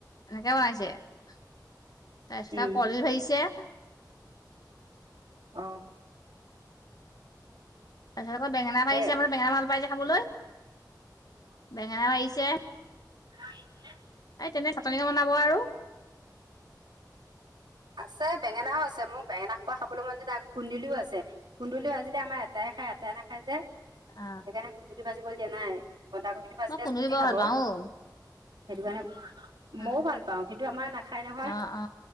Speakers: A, on the left; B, on the right.
A: এনেকে বনাইছে তাৰপিছত
B: উম
A: আৰু কলদিল ভাজিছে।
B: অহ
A: তাৰপিছত আকৌ বেঙেনা
B: সেই
A: ভাজিছে মানে বেঙেনা ভাল পাইযে খাবলৈ। বেঙেনা ভাজিছে।
B: নয়ছিলে
A: এই তেনে চাটনি বনাব আৰু।
B: আছে বেঙেনাও আছে, মোৰ বেঙেনা খোৱা খাব মন যোৱা নাই কুন্দুলিও আছে, কুন্দুলিও আজিলে আমাৰ এটাই খাই তাই নাখাই যে
A: আহ
B: সেইকাৰণে কুন্দুুলি ভাজিবলৈ দিয়া নাই। বন্ধাকবিটো ভাজিলে
A: মই কুন্দুলি
B: চবেই
A: বৰ
B: খাব।
A: ভাল পাওঁ অ
B: সেইটো কাৰণে
A: উম
B: মইও ভাল পাওঁ কিন্তু আমাৰ নাখায় নহয়।
A: অ অ